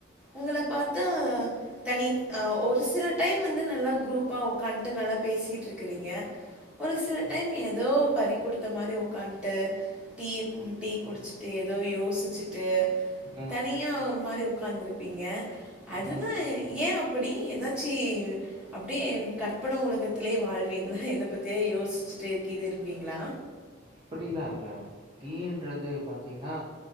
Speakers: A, in the centre; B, on the right.
A: உங்கள பாத்தா தனி ஆ ஒரு சில டைம் வந்து நல்லா குரூப்பா உக்காண்டு நல்லா பேசிட்டுருக்கறீங்க ஒரு சில டைம்
B: ம்
A: ஏதோ பறி குடுத்த மாரி உக்காந்டு டீய ம் டீ குடிச்சிட்டு
B: ம்
A: ஏதோ யோசிச்சிட்டு
B: ம்
A: தனியா ஒரு மாரி உக்காந்துருப்பீங்க அதுதா
B: ம்
A: ஏ அப்புடி எதாச்சி அப்டியே என் கற்பன உலகத்துலயே வாழ்வீங்களா எத பத்தியா யோசிச்சுட்டேகீது இருப்பீங்ளா
B: அப்புடிலா இல்ல டீ ன்றது பாத்தீங்னா